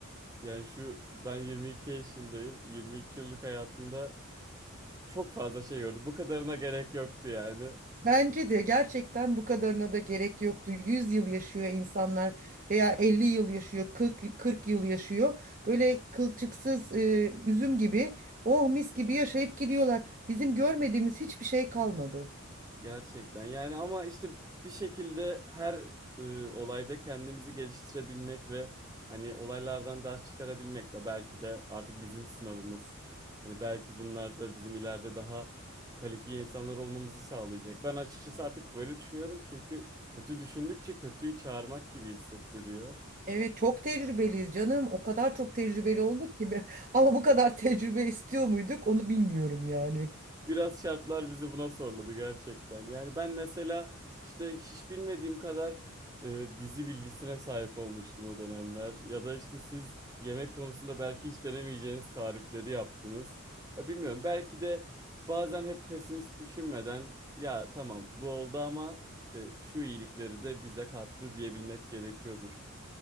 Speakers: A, on the right; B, on the right.
A: Yani şu ben 22 yaşındayım. 22 yıllık hayatımda Çok fazla şey gördüm. Bu kadarına gerek yoktu yani.
B: Bence de gerçekten bu kadarına da gerek yoktu. 100 yıl yaşıyor insanlar veya 50 yıl yaşıyor, 40, 40 yıl yaşıyor. Böyle kılçıksız e, üzüm gibi, oh mis gibi yaşayıp gidiyorlar. Bizim görmediğimiz hiçbir şey kalmadı.
A: Gerçekten yani ama işte bir şekilde her e, olayda kendimizi geliştirebilmek ve hani olaylardan ders çıkarabilmek de belki de artık bizim sınavımız. Hani belki bunlar da bizim ileride daha kalifiye insanlar olmamızı sağlayacak. Ben açıkçası artık böyle düşünüyorum çünkü kötü düşündükçe kötüyü çağırmak gibi hissettiriyor.
B: Evet çok tecrübeliyiz canım. O kadar çok tecrübeli olduk ki. be- <laughs> Ama bu kadar tecrübe istiyor muyduk onu bilmiyorum yani.
A: Biraz şartlar bizi buna zorladı gerçekten. Yani ben mesela işte hiç bilmediğim kadar e, dizi bilgisine sahip olmuştum o dönemler. Ya da işte siz yemek konusunda belki hiç denemeyeceğiniz tarifleri yaptınız. Ya bilmiyorum belki de bazen hep pesimist düşünmeden ya tamam bu oldu ama işte şu iyilikleri de bize kattı diyebilmek gerekiyordur.